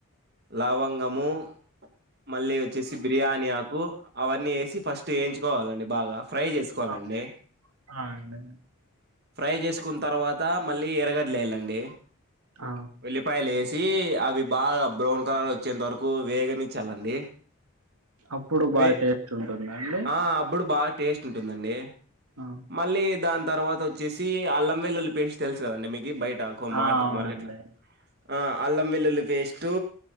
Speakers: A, on the right; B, on the right.
A: లావంగము మళ్ళీ వచ్చేసి బిర్యానీ ఆకు అవన్నీ ఏసి ఫస్ట్ ఏయించుకోవాలండి బాగా ఫ్రై చేసుకోవాల్నండ్నే
B: ఆ ఆ అండి
A: ఫ్రై చేస్క్ కున్ తర్వాత మళ్ళీ ఎర్రగడ్డలు వేయాలండి
B: ఆ
A: ఉల్లిపాయలు వేసి అవి బాగా బ్రౌన్ కలర్ వచ్చేంత వరకు వేగనిచ్చాలండి
B: అప్పుడు బాగా
A: వే
B: టేస్ట్ ఉంటుందా అండి
A: ఆ అబ్బుడు బాగా టేస్ట్ ఉంటుందండి
B: ఆ
A: మళ్లీ దాన్ తర్వాత వచ్చేసి అల్లం వెల్లుల్లి పేస్ట్ తెలుసు కదండి మీకి బయట కోమార్ట్క్
B: ఆ, అవునండి
A: మార్కెట్ లో ఆ అల్లం వెల్లుల్లి పేస్టు,